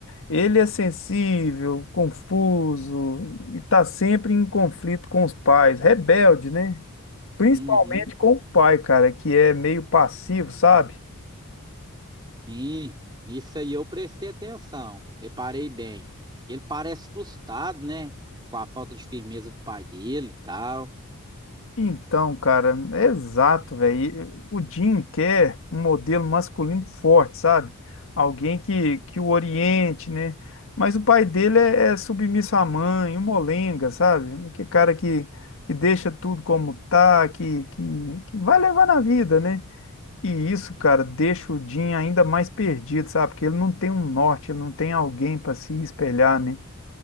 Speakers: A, on the left; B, on the right.
A: Ele é sensível, confuso e está sempre em conflito com os pais, rebelde, né? Principalmente
B: Uhum.
A: com o pai, cara, que é meio passivo, sabe?
B: Sim, nisso aí eu prestei atenção, reparei bem. Ele parece frustrado, né? Com a falta de firmeza do pai dele e tal.
A: Então, cara, é exato, velho. O Jim quer um modelo masculino forte, sabe? Alguém que, que o oriente, né? Mas o pai dele é, é submisso à mãe, um molenga, sabe? Que cara que, que deixa tudo como tá, que, que, que vai levar na vida, né? E isso, cara, deixa o Jim ainda mais perdido, sabe? Porque ele não tem um norte, ele não tem alguém para se espelhar, né?